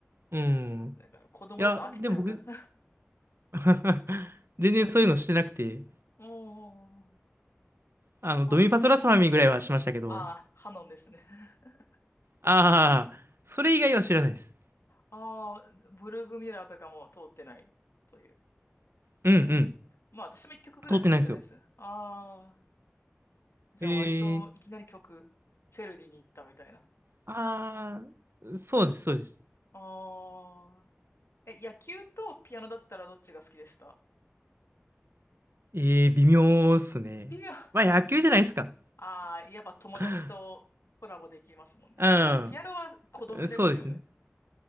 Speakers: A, on the right; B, on the left.
A: うん。いや、
B: だから子供だと飽きちゃうから。
A: でも僕 <laughs> 全然そういうのしてなくて。
B: おー、
A: あの、
B: ああ
A: ドミパスラスファミぐらいはしましたけど、
B: ああハノンですね。<laughs>
A: ああ、それ以外は知らないです。
B: ああ、ブルーグミュラーとかも通ってないという。
A: うんうん。
B: まあ私も一曲ぐらいしかやってないですね。
A: 通ってないんですよ。
B: ああ、じゃあ割といきなり曲、
A: ええ
B: チェルディに行ったみたいな。
A: ああー、そうです、そうです。
B: ああ、え、野球とピアノだったらどっちが好きでした
A: ええ微妙っすね。
B: 微妙。<laughs>
A: まあ、野球じゃないですか。
B: ああ、やっぱ友達とコラボできますもんね。
A: <laughs> う
B: ピアノは孤独ですよね。
A: ん、そうですね。